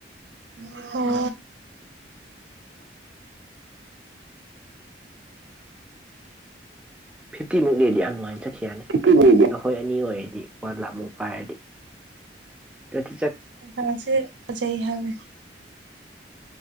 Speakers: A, on the right; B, in the centre.
A: ꯑꯣ
B: ꯐꯤꯞꯇꯤꯃꯨꯛ ꯂꯩꯔꯗꯤ ꯌꯥꯝ ꯅꯨꯡꯉꯥꯏꯅ ꯆꯠꯈꯤ ꯌꯥꯅꯤ꯫
A: ꯀꯤꯇꯤꯅꯦꯗꯤ
B: ꯅꯈꯣꯏ ꯑꯅꯤ ꯑꯣꯏꯌꯦ ꯗꯤ ꯋꯥꯟꯂꯥꯛ ꯃꯨꯛ ꯄꯥꯏꯔꯗꯤ ꯁꯠ
A: ꯂꯗꯥꯛꯁꯦ ꯐꯖꯩ ꯍꯥꯏꯕꯅꯤ꯫